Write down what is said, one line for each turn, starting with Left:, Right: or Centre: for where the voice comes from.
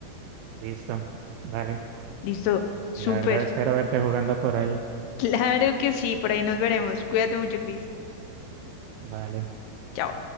Right: listo, vale.
Left: Listo.
Right: Sí,
Left: Súper.
Right: la verdad espero
Left: <laughs>
Right: verte jugando por ahí.
Left: Claro que sí. Por ahí nos veremos. Cuídate mucho, Cris.
Right: Vale.
Left: Chao.